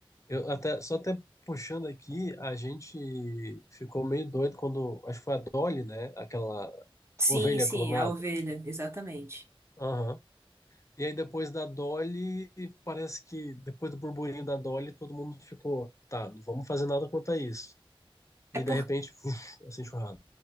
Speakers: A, on the left (about 30°); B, on the right (about 25°).
A: eu até, só até puxando aqui, a gente ficou meio doido quando, acho que foi a Dolly, né? Aquela
B: Sim,
A: ovelha
B: sim,
A: clonada.
B: a ovelha, exatamente.
A: Aham. E aí depois da Dolly, parece que depois do burburinho da Dolly, todo mundo ficou, tá, não vamos fazer nada quanto a isso. E
B: é
A: de repente, uf, essa enxurrada.